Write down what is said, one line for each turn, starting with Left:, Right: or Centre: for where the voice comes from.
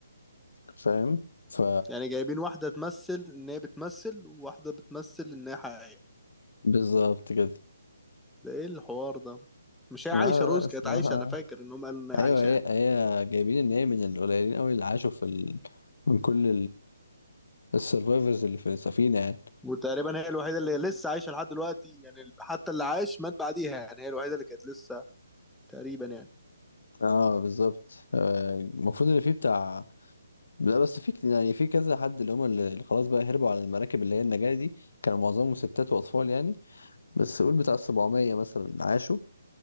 Left: فاهم ف
Centre: يعني جايبين واحده تمثل ان هي بتمثل وواحده بتمثل ان هي حقيقيه
Left: بالظبط كده
Centre: ده ايه الحوار ده مش هي
Left: لا
Centre: عايشه
Left: لا
Centre: روز
Left: لا الصراحة
Centre: كانت عايشه انا فاكر انهم قالوا ان هي عايشه
Left: ايوه هي
Centre: يعني
Left: هي جايبين ان هي من القليلين قوي اللي عاشوا في ال... من كل السرفايفرز اللي في السفينة يعني
Centre: وتقريبا هي الوحيده اللي لسه عايشه لحد دلوقتي يعني حتى اللي عاش مات بعديها يعني هي الوحيده اللي كانت لسه تقريبا يعني
Left: اه بالظبط آه، المفروض ان في بتاع لا بس في كت- يعني في كذا حد اللي هم اللي اللي خلاص بقى هربوا على المراكب اللي هي النجاة دي كانوا معظمهم ستات وأطفال يعني بس قول بتاع 700 مثلا عاشوا